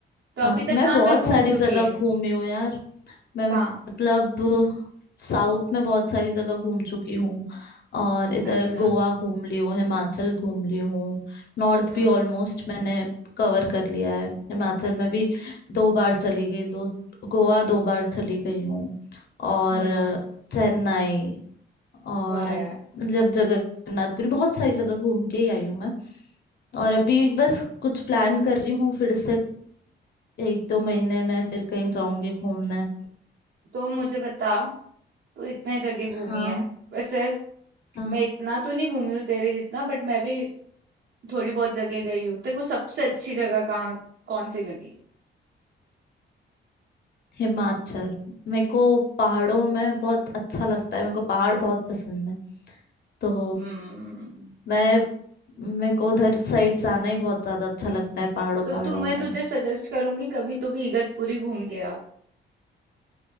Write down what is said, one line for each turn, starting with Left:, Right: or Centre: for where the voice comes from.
Right: तो
Left: अ,
Right: अभी
Left: मैं
Right: तक कहाँ
Left: बहुत
Right: कहाँ घूम
Left: सारी
Right: चुकी
Left: जगह
Right: है
Left: घूमी हूँ यार मैं
Right: कहाँ
Left: मतलब साउथ में बहुत सारी जगह घूम चुकी हूँ और इधर
Right: अच्छा
Left: गोवा घूम ली हूँ हिमाचल घूम ली हूँ नॉर्थ
Right: हम्म
Left: भी ऑलमोस्ट मैंने कवर कर लिया है हिमाचल में भी दो बार चली गई दो गोवा दो बार चली गई हूँ और
Right: हम्म
Left: चेन्नई और
Right: वाह यार
Left: मतलब जगन्नाथपुरी बहुत सारी जगह घूम के ही आई हूँ मैं और अभी बस कुछ प्लान कर रही हूँ फिर से एक दो महीने में फिर कहीं जाऊंगी घूमने
Right: तो मुझे बता तू इतने जगह घूमी
Left: हाँ
Right: है वैसे
Left: हाँ
Right: मैं इतना तो नहीं घूमी हूँ तेरे जितना बट मैं भी थोड़ी बहुत जगह गई हूँ तेरे को सबसे अच्छी जगह कहाँ कौन सी लगी
Left: हिमाचल मेरे को पहाड़ों में बहुत अच्छा लगता है मेरे को पहाड़ बहुत पसंद है तो
Right: हम्म
Left: मैं मेरे को उधर साइड जाना ही बहुत ज्यादा अच्छा लगता है पहाड़ों
Right: तो
Left: पहाड़ों
Right: तुम मैं
Left: में
Right: तुझे सजेस्ट करूंगी कभी तो भी इगतपुरी घूम के आ